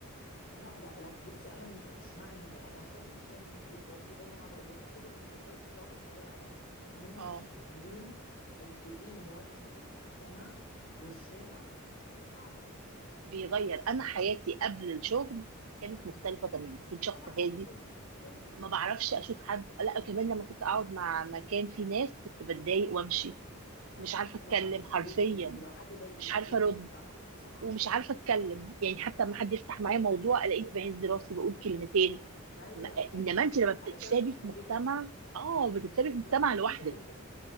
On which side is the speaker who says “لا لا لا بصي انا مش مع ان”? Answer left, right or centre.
Left